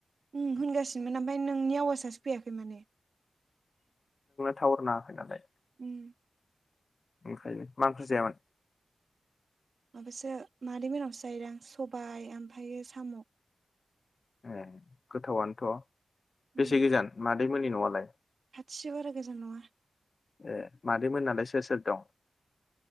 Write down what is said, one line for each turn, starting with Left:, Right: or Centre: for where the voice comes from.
Right: ओम होनगासिनोमोन ओमफ्राय नोंनि आवासासो फैयाखै माने
Left: थावर नाङाखै नालाय
Right: ओम
Left: ओंखायनो मा ओंख्रि जायामोन?
Right: माबासो मादै मोनावसो जाहैदों आं सबाय ओमफ्रायो साम'।
Left: ए गोथावनोथ'
Right: उम
Left: बेसे गोजान मा दैमोननि न'आलाय
Right: खाथिसो बारा गोजान नङा ओ
Left: ए मादै मोनालाय सोर सोर दं?